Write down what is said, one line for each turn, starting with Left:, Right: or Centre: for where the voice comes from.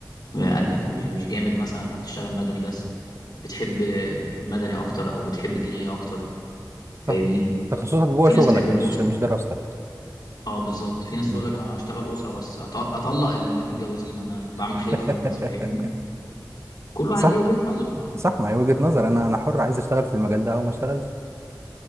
Left: آه، قلبك مش مش جامد مثلا هتشتغل مدني بس بتحب آه، المدني اكتر او بتحب الجنائي اكتر فاهمني
Right: صح تخصصك جوه
Left: في
Right: شغلك
Left: ناس تحب الاسره
Right: مش مش دراستك
Left: اه بالظبط في ناس
Right: مم.
Left: تقول لك انا اشتغل اسره بس أط- اطلق اللي متجوزين انا بعمل
Right: <laughs>
Left: خير في الناس فاهمني كل واحد
Right: صح
Left: ليه وجهة نظره
Right: صح ما هي وجهة نظر انا انا حر عايز اشتغل في المجال ده او ما اشتغلش